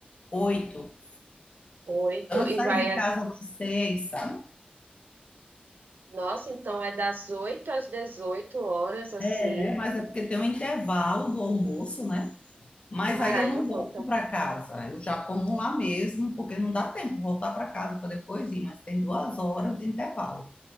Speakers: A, on the left; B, on the right.
A: Oito,
B: Oito
A: então eu
B: e
A: saio
B: vai.
A: de
B: a-
A: casa às seis, sabe?
B: Nossa, então é das 8 às 18 horas, assim.
A: É, mas é porque tem um intervalo do almoço, né? Mas
B: Ai,
A: aí eu não
B: não conta.
A: volto para casa, eu já como lá mesmo, porque não dá tempo de voltar para casa para depois ir, mas tem duas horas de intervalo.